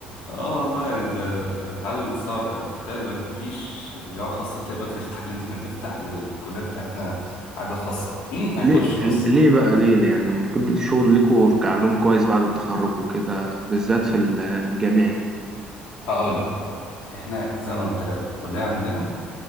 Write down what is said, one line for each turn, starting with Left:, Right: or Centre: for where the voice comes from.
Left: اه والله يعني ده الحل صعب يعني بتخيل مفيش جامعة خاصة هتقبل تفتح لنا <laughs> تفتح للكلية بتاعتنا حاجة خاصة مين هيخش
Right: ليه
Left: أصلا؟
Right: ليه بقى ليه ليه؟ يعني المفروض الشغل ليكوا في كعلوم كويس بعد التخرج وكده بالذات في الجامعي
Left: هقول لك هقول لك احنا زي ما قلت لك الكلية عندنا